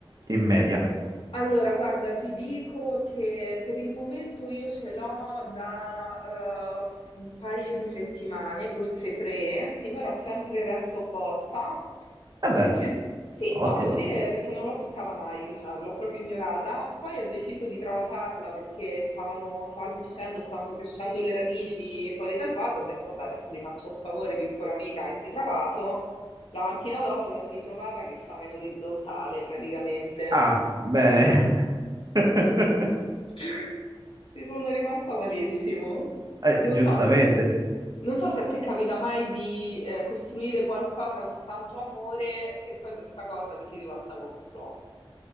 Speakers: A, on the right (about 40°); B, on the left (about 80°).
A: in media?
B: Allora, guarda, ti dico che per il momento io ce l'ho da eh, un paio di settimane, forse tre, finora sempre retto botta,
A: Vabbè,
B: finché, sì,
A: ottimo.
B: no, devo dire perché non l'ho toccata mai, cioè l'ho proprio ignorata, poi ho deciso di travasarla perché stavano, stava crescendo, stavano crescendo le radici fuori dal vaso, ho detto vabbè adesso ti faccio un favore piccola amica e ti travaso, la mattina dopo l'ho ritrovata che stava in orizzontale praticamente.
A: Ah, bene. <laughs>
B: <laughs> Ci sono rimasta malissimo.
A: Eh,
B: Non
A: giustamente.
B: so, non so se a te capita mai di eh, costruire qualcosa con tanto amore e poi questa cosa ti si rivolta contro.